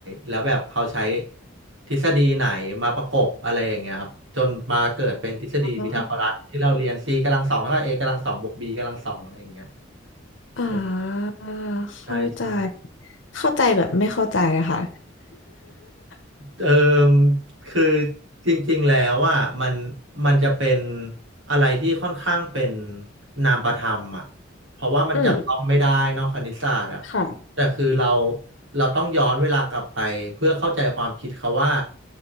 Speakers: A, on the right; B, on the left.
A: แล้วแบบเขาใช้ทฤษฎีไหนมาประกบอะไรอย่างเงี้ยครับจนมาเกิดเป็นทฤษฎีพีทาโกรัสที่เราเรียน
B: อ๋อ
A: c กำลังสองเท่ากับ a กำลังสองบวก b กำลังสองอะไรอย่างเงี้ย
B: อ่า
A: โอ้
B: เข้าใจ
A: ใช่ใช่
B: เข้าใจแบบไม่เข้าใจอะค่ะ <laughs>
A: เออคือจริงๆแล้วว่ามันมันจะเป็นอะไรที่ค่อนข้างเป็นนามประธรรมอ่ะเพราะว่ามันจับต้องไม่ได้เนอกคณิตศาสตร์อ่ะ
B: อืมค่ะ
A: แต่คือเราเราต้องย้อนเวลากลับไปเพื่อเข้าใจความคิดเขาว่า